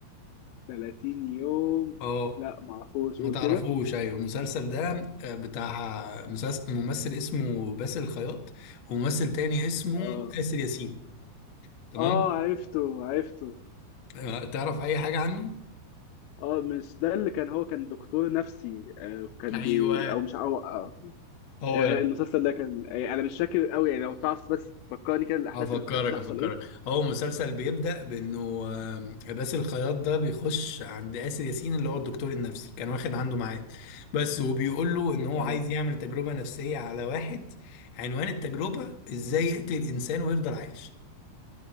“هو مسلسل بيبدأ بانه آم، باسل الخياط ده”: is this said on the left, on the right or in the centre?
Left